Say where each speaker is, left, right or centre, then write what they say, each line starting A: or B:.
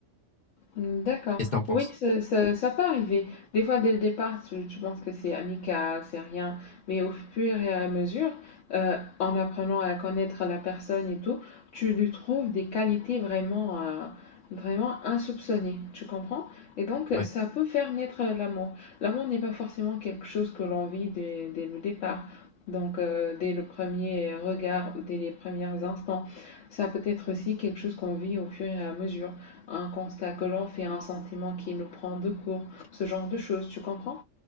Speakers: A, on the left; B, on the left.
A: Mm, D'accord.
B: Qu'est-ce que t'en penses?
A: Oui, ça, ça, ça peut arriver. Des fois, dès le départ, tu, tu penses que c'est amical, c'est rien. Mais au fur et à mesure, euh, en apprenant à connaître la personne et tout, tu lui trouves des qualités vraiment, euh, vraiment insoupçonnées. Tu comprends? Et donc,
B: Ouais,
A: ça peut faire naître l'amour. L'amour n'est pas forcément quelque chose que l'on vit dès, dès le départ. Donc, euh, dès le premier regard ou dès les premiers instants. Ça peut être aussi quelque chose qu'on vit au fur et à mesure un constat que l'on fait, un sentiment qui nous prend de court, ce genre de choses, tu comprends?